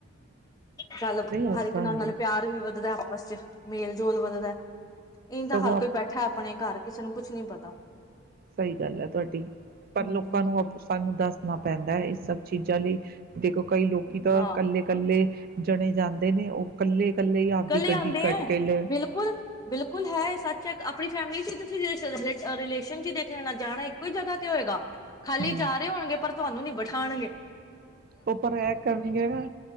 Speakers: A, on the left (about 15°); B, on the right (about 40°).
A: ਚੱਲ
B: ਨਹੀਂ ਉਸ
A: ਹਰ ਇੱਕ
B: ਤਰ੍ਹਾਂ
A: ਨਾਲ
B: ਹੈਗੀ।
A: ਨਾਲੇ ਪਿਆਰ ਵੀ ਵੱਧਦਾ ਆਪਸ ਚ। ਮੇਲ ਜੋਲ ਵੱਧਦਾ ਐ ਐਈ ਤਾਂ
B: ਸਗੋਂ
A: ਹਰ ਕੋਈ ਬੈਠਾ ਆਪਣੇ ਘਰ ਕਿਸੇ ਨੂੰ ਕੁੱਛ ਨੀ ਪਤ ਤਾ।
B: ਸਹੀ ਗੱਲ ਹੈ, ਤੁਹਾਡੀ ਪਰ
A: ਹਮ
B: ਲੋਕਾਂ ਨੂੰ ਅਪ ਸਾਨੂੰ ਦੱਸਣਾ ਪੈਂਦ ਐ ਇਹ ਸਭ ਚੀਜ਼ਾਂ ਲਈ ਦੇਖੋ ਕਈ ਲੋਕੀ ਤਾਂ
A: ਹਾਂ
B: ਕੱਲੇ ਕੱਲੇ ਜਣੇ ਜਾਂਦੇ ਨੇ ਉਹ ਕੱਲੇ, ਕੱਲੇ ਹੀ ਆਪਦੀ
A: ਇਕੱਲੇ
B: ਗੱਡੀ
A: ਆਉਂਦੇ
B: ਕੱਢ
A: ਹੈ,
B: ਕੇ ਲੈ
A: ਬਿਲਕੁਲ ਬਿਲਕੁਲ ਹੈ ਸੱਚ ਹੈ ਆਪਣੀ ਫੈਮਿਲੀ ਚ, ਰਿਲੇਸ਼ਨ ਚ ਦੇਖ ਲੈਣਾ ਜਾਣਾ ਇੱਕੋ ਹੀ ਜਗ੍ਹਾ ਤੇ ਹੋਏਗਾ। ਖਾਲੀ
B: ਹੂੰ
A: ਜਾ ਰਹੇ ਹੋਣਗੇ ਪਰ ਤੁਹਾਨੂੰ ਨੀ ਬ ਖਾਣਗੇ,
B: ਉਹ ਪਰ ਇਹ ਕਰਨਗੇ ਨਾ